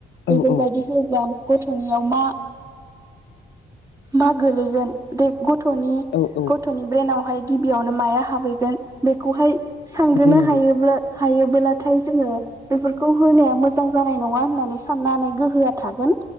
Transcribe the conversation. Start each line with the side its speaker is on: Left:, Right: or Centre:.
Left: औ
Right: बेफोरबायदि
Left: औ
Right: होब्ला गथ'नियाव मा मा गोलैगोन दे गथ'नि
Left: औ औ
Right: गथ'नि ब्रेनावहाय गिबियावनो माया हाबैगोन बेखौहाय सानग्रोनो
Left: नंगौ नंगौ
Right: हायोब्ला हायोबोब्लाथाय जोङो बेफोरखौ होनाया मोजां जानाय नङा होननानै साननो हानाय गोहोआ थागोन